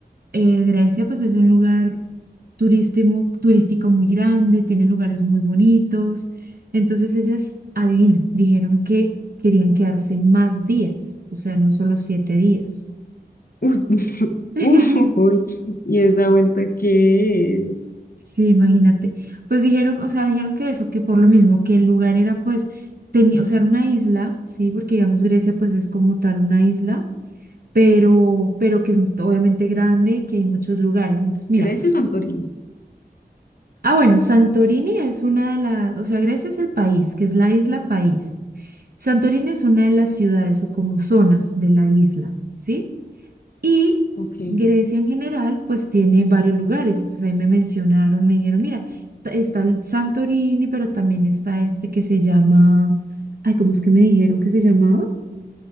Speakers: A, on the right (about 60°); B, on the left (about 60°).
A: eh, Grecia pues es un lugar turístico, turístico muy grande, tiene lugares muy bonitos. Entonces ellas, adivina, dijeron que querían quedarse más días, o sea, no solo siete días.
B: Uy, <laughs>
A: <laughs>
B: uy, uy. uy. ¿Y esa vuelta qué es?
A: Sí, imagínate. Pues dijeron, o sea, dijeron que eso, que por lo mismo, que el lugar era pues, tenía, o sea, era una isla, sí, porque digamos Grecia pues es como tal una isla, pero, pero que es obviamente grande, y que hay muchos lugares. Entonces, mira,
B: Grecia o Santorini.
A: ah, bueno, Santorini es una de las, o sea, Grecia es el país, que es la isla país. Santorini es una de las ciudades o como zonas de la isla, ¿sí? Y
B: Ok.
A: Grecia en general, pues tiene varios lugares. Y Pues ahí me mencionaron, me dijeron, mira, ta- está el Santorini, pero también está este que se llama, ay, ¿cómo es que me dijeron que se llamaba?